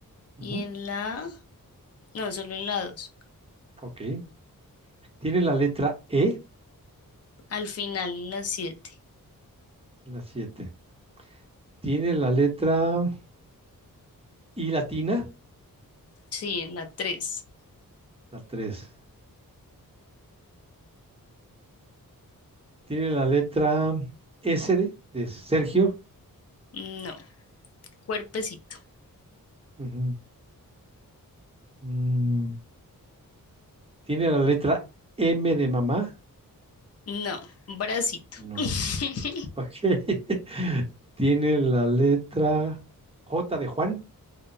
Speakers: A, on the right; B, on the left.
A: Ujú,
B: y en la... No, solo en la dos.
A: Ok. Tiene la letra E,
B: Al final en la siete.
A: la siete Tiene la letra I latina,
B: Sí, en la tres.
A: la tres Tiene la letra S de, de Sergio.
B: No, cuerpecito.
A: Ujú. Mm, Tiene la letra M de mamá.
B: No, bracito.
A: No.
B: <laughs>
A: Ok. <laughs> Tiene la letra J de Juan.